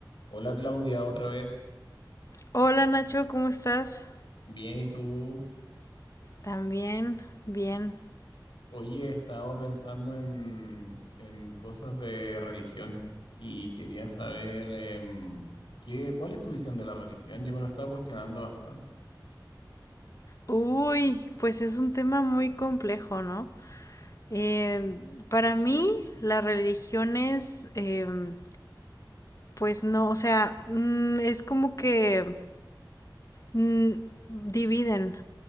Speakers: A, on the left (about 85°); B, on the left (about 45°).
A: Hola Claudia, otra vez.
B: Hola Nacho, ¿cómo estás?
A: Bien, ¿y tú?
B: También, bien.
A: Oye, estaba pensando en, en cosas de religión y quería saber em, qué, cuál es tu visión de la religión. Yo me lo estaba cuestionando bastante.
B: Uy, pues es un tema muy complejo, ¿no? Eh, para mí, las religiones, em, pues no, o sea, mm, es como que mm, dividen,